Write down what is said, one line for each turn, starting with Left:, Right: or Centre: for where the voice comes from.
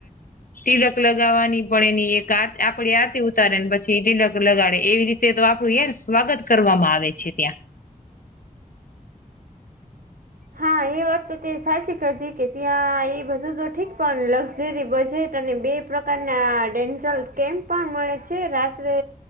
Left: ટિલક લગાવવાની પણ એની એક આ આપડી આરતી ઉતારે ને પછી ટિલક લગાડે એવી રી તે તો આપણું યાર સ્વાગત કરવામાં આવે છે ત્યાં.
Right: હા એ વાત તો તે સાચી કરીતી કે ત્યાં એ બધું તો ઠીક પણ લક્ઝરી બજેટ અને બે પ્રકારના ડેન્ઝલ કેમ્પ પણ મળે છે રાત્રે